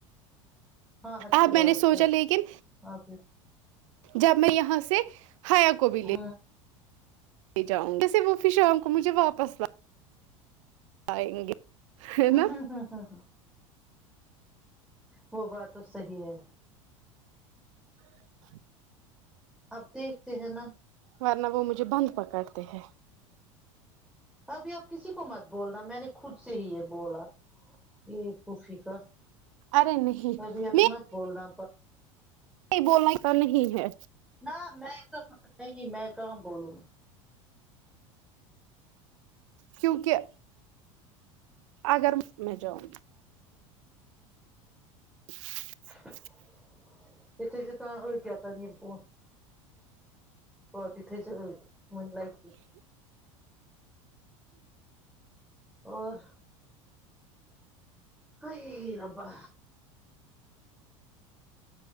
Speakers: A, in the centre; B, on the right.
A: ہاں اچھی
B: اب میں
A: بات
B: نے سوچا
A: ہے
B: لیکن
A: اپ
B: جب میں یہاں سے حیا کو بھی
A: ہاں
B: لے لے جاؤ جیسے وہ پھر شام کو مجھے واپس ل آئے گے ہے
A: ہاں
B: نا
A: ہاں ہاں ہاں وہ بات تو صحیح ہے
B: <inaudible>
A: اب دیکھتے ہیں نا
B: ورنہ وہ مجھے بند پکڑتے ہے
A: ابھی اب کسی کو مت بولنا میں نے خود سے ہی یہ بولا یہ پھوفی کا
B: ارے نہیں
A: میں بھی آپ مت بولنا
B: بولنے کا نہیں ہے
A: نہ میں کہ نہیں میں کہاں بولوں
B: کیونکہ اگر میں جاؤں <inaudible>
A: <unintelligible> ہو کیاتا نہیں پ اور آپ ہی تھے جو من لائ پی اور ہائے ربا